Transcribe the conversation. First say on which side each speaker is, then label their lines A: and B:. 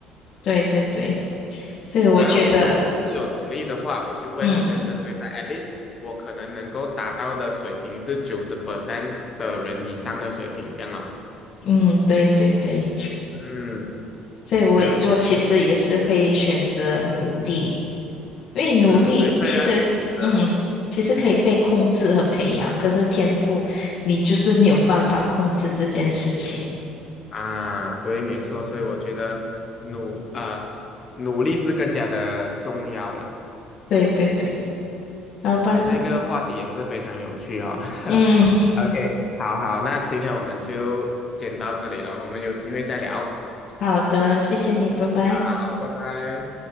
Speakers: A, on the left; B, on the left.
A: 对对对，所以我觉得，
B: 然后，如果我是有努力的话，我就会很认真对待。
A: 嗯
B: at least 我可能能够达到的水平是九十 percent 的人以上的水平，这样咯。
A: 嗯，对对对，
B: 嗯，
A: 所以我我其实也是会选择努力。
B: 这样子说
A: 因为努力其实，
B: 嗯，对，虽然，呃
A: 嗯，其实可以被控制和培养，可是天赋你就是没有办法控制这件事情。
B: 啊，对，没错，所以我觉得努啊、努力是更加的重要啦。
A: 对对对，好吧，
B: 啊，
A: <laughs>
B: 这个话题也是非常有趣哦。<laughs>
A: 嗯，
B: OK，好好，那今天我们就先到这里了，我们有机会再聊。
A: 好的，谢谢你，拜拜。
B: 好，拜拜。